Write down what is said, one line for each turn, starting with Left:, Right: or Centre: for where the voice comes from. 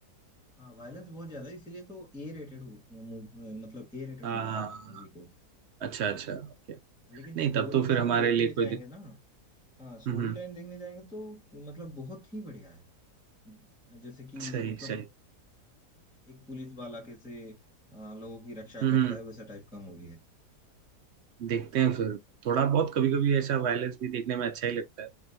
Centre: हाँ वायलेंस बहुत ज्यादा है, इसीलिए तो ए रेटेड मतलब ए रेटेड
Right: हाँ
Centre: मिला
Right: हाँ,
Centre: है उस
Right: हाँ।
Centre: मूवी को
Right: अच्छा अच्छा ओके
Centre: लेकिन स्टोरी
Right: नहीं तब तो फिर
Centre: लाइन
Right: हमारे
Centre: देखने
Right: लिए
Centre: जाएंगे
Right: कोई दिक
Centre: ना हाँ स्टोरी
Right: हम्म हम्म,
Centre: लाइन देखने जाएंगे तो मतलब बहुत ही बढ़िया है जैसे कि
Right: सही
Centre: मतलब
Right: सही
Centre: एक पुलिस वाला कैसे अ, लोगों की रक्षा
Right: हम्म
Centre: करता
Right: हम्म,
Centre: है वैसा टाइप का मूवी है
Right: देखते हैं फिर थोड़ा बहुत कभी कभी ऐसा वायलेंस भी देखने में अच्छा ही लगता है